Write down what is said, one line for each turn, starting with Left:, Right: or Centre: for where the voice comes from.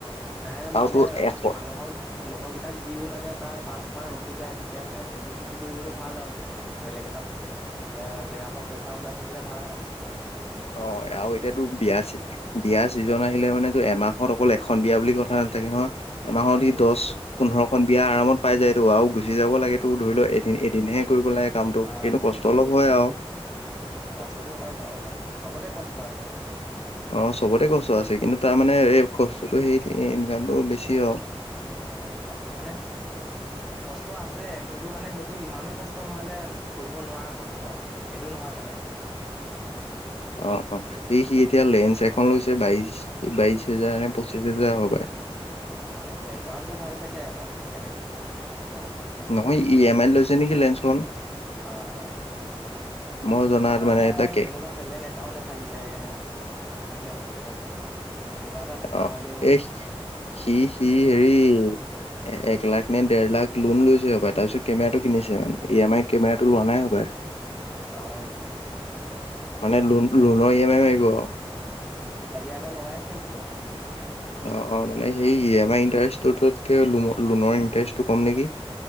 Centre: নাই
Left: আৰুতো
Centre: মানে
Left: এশ
Centre: মানুহক লগৰ কেইটাক দিও মানে এ' তাৰ পাঁচ মান, ৰখি যায় তেতিয়া মানে সেভিংস কৰিবলৈ ভাল আৰু তেনেকে বেলেগ এটা এয়া জেগাৰ পৰা পইচা ওলাই থাকিলে ভাল আৰু।
Left: অ'
Centre: কাম,
Left: আৰু এতিয়াতো বিয়া আছে। বিয়াৰ চিজন আহিলে মানে এমাহত অকল এখন বিয়া বুলি কথা নাথাকে নহয়। এমাহত
Centre: অ',
Left: সি
Centre: সেইটোৱেতো।
Left: দচ পোন্ধৰখন বিয়া আৰামত পাই যায়তো আৰু গুচি যাব লাগে তোৰ ধৰি লও এদিন এদিনহে কৰিব লাগে কামটো
Centre: অ'
Left: কিন্তু কষ্ট
Centre: এদিন
Left: অলপ
Centre: কৰিব
Left: হয়
Centre: লাগে
Left: আৰু
Centre: কষ্টতটো হয় বাৰু অলপ চবতে কষ্ট আছে।
Left: অ' চবতে কষ্ট আছে কিন্তু তাৰমানে <unintelligible> কষ্টটো সেইটো ইনকামটো বেছি আৰু।
Centre: অ', ইনকামতো মানে কষ্ট আছে, কিন্তু মানে সেইটো ইমানো কষ্ট নহয়, যে কৰিব নোৱাৰা কষ্ট, এইটো নহয় মানে।
Left: অ', অ', সি, সি এতিয়া লেঞ্চ এক ফোন লৈছে বাইচ, বাইচ হোজাৰ নে, পঁচিশ হেজাৰ হ'ব পাই।
Centre: অ', বেকগ্ৰাউণ্ডটো ভাল চাগে তৰ সেইকাৰণে। যাব পাৰিছে
Left: নহয় ই এম আই লৈছে নেকি, লেঞ্চখন।
Centre: অ', অ'।
Left: মই জনাত
Centre: আমাৰ
Left: মানে এটা কেক
Centre: তেনেকুৱা ট্ৰেলেণ্ট এটাও নাথাকিলে। কিযে হ'ব, কিবা এটা থকা
Left: অ
Centre: হ'লেও।
Left: এই সি সি হেৰি এ-একলাখ নে, ডেৰলাখ লোন লৈছে হ'ব তাৰপিছত কেমেৰাটো কিনিছে মানে, ই এম আইত কেমেৰাটো লোৱা নাই <unintelligible>
Centre: অ'
Left: মানে লোন, লোনৰ ই এম আই মাৰিব
Centre: আইডিয়া এটা লগাইছে কিন্তু।
Left: অ', অ', মানে সেই ই এম আই ইণ্টাৰেষ্টটোকে লো-লোনৰ ইণ্টাৰেষ্টটো কম নেকি?